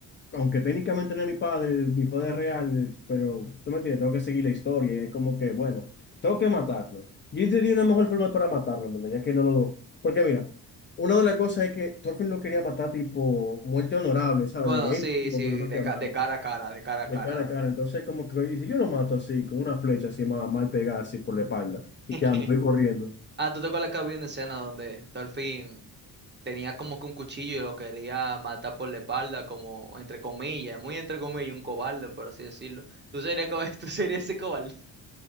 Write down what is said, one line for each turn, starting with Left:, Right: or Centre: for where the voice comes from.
Left: aunque técnicamente no es mi padre, mi padre real, pero tú me entiendes, tengo que seguir la historia. y Es como que, bueno, tengo que matarlo. Yo sería una mejor forma para matarlo, en ¿verdad? Ya que no lo. Porque mira, una de las cosas es que Thorfinn lo quería matar, tipo, muerte honorable, ¿sabes?
Right: bueno,
Left: De
Right: sí,
Left: él mismo
Right: sí,
Left: con su propia
Right: de, ca-
Left: mano,
Right: de cara a cara, de cara a
Left: de
Right: cara,
Left: cara
Right: ¿no?
Left: a cara. Entonces, como que, oye, si yo lo mato así, con una flecha así, más mal pegada, así por la espalda, y
Right: <laughs>
Left: ya me voy corriendo.
Right: Ah, ¿tú te acuerdas que había una escena donde Thorfinn tenía como que un cuchillo y lo quería matar por la espalda, como entre comillas, muy entre comillas, un cobarde, por así decirlo. Tú serías, co- <laughs> tú serías ese cobarde.